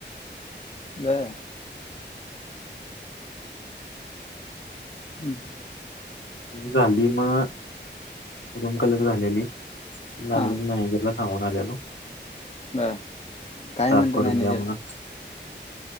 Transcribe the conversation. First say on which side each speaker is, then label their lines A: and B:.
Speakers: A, on the left; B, on the left.
A: ह. हम्म हम्.
B: झाली मग रूम कलर झालेली. लागले
A: हा
B: मॅनेजरला सांगून आलेल.
A: बर काय
B: साफ
A: म्हणलं
B: करून
A: मॅनेजर
B: द्या म्हणून